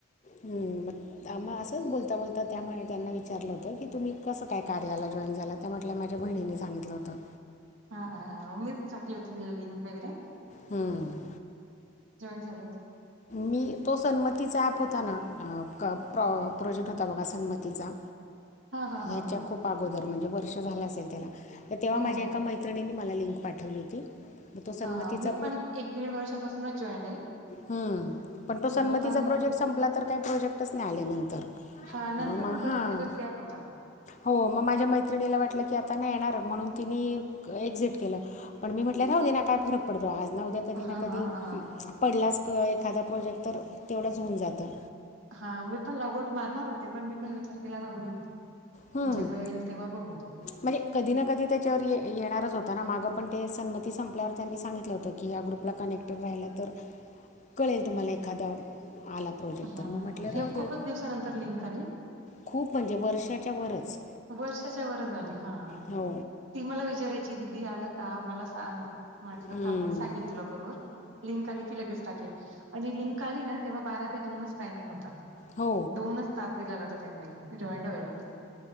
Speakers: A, on the left (about 35°); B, on the right (about 70°).
A: हम मग थांबा असंच बोलता बोलता त्यामुळे त्यांना विचारलं होतं की तुम्ही कसं काय? कार्याला जॉईन झालात त्या म्हटल्या माझ्या बहिणीनी सांगितलं होतं.
B: हा हा आम्हीच टाकली होती लिंक वैगेरे.
A: हम्.
B: झालेत?
A: मी तो सन्मतीचा ऍप होता ना प्र प्रोजेक्ट होता बघा सन्मतीचा.
B: <unintelligible>
A: ह्याच्या
B: हा हा
A: खूप अगोदर म्हणजे वर्ष झालं असेल त्याला, तर तेव्हा
B: हो
A: माझ्या
B: हो
A: एका मै त्रिणीने मला लिंक पाठवली होती, मग तो सन्मतीचा
B: हा हा मी पण एक दीड वर्षापासूनच जॉईंड आहे.
A: हम् पण तो सन्मतीचा
B: मला पण
A: प्रोजेक्ट संपला तर काही प्रोजेक्टच नाही आले नंतर.
B: हा नंतर
A: मग मा हां
B: बरेच दिवस गॅप होता.
A: हो मग माझ्या मैत्रिणीला वाटलं की आता नाही येणार म्हणून तिने एक्झिट केलं. पण मी म्हटलं राहू दे ना आता काय फरक पडतो आज न उद्या कधी
B: हा
A: ना कधी
B: हा हा हा
A: पडलाच क एखादा प्रोजेक्ट तर तेवढंच होऊन जातं.
B: हा मी पण लॉगआऊट मारणार होती पण मी पण विचार केला राहू दे.
A: हम्म.
B: जेव्हा येईल तेव्हा बघू.
A: म्हणजे कधी ना कधी त्याच्यावर येणारच होता ना, मागं पण ते संन्मती संपल्यावर त्यांनी सांगितलं होतं. की या ग्रुपला कनेक्टेड राहिलं तर, कळेल तुम्हाला एखादां आला प्रोजेक्ट
B: हा
A: तर मग म्हटले राहू
B: हे
A: दे
B: खूपच दिवसानंतर लिंक आली
A: खूप म्हणजे वर्षाच्या वरच
B: वर्षाच्या वरच आली हा,
A: हो
B: ती मला विचारायची दिदी आलं का मला सांग म्हटलं
A: हम्म.
B: थांब मी सांगेल तुला बरोबर, लिंक आली की लगेच टाकेल. आणि लिंक आली ना, तेव्हा बारा ते दोनच टायमिंग होता.
A: हो
B: दोनच तास दिलेला होता त्यांनी, जॉईंड व्हायला.